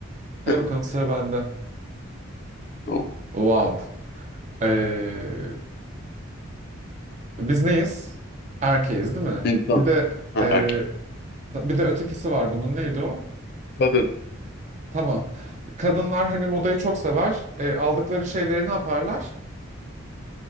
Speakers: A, on the right; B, on the left.
A: Hadi
B: <laughs>
A: bakalım sıra bende.
B: Tamam.
A: Wow. Ee, biz neyiz? Erkeğiz değil mi?
B: İnsan,
A: Bir de
B: ha,
A: ee,
B: erkek,
A: bir de ötekisi var bunun. Neydi o?
B: kadın
A: Tamam. Kadınlar hani modayı çok sever. Ee, aldıkları şeyleri ne yaparlar?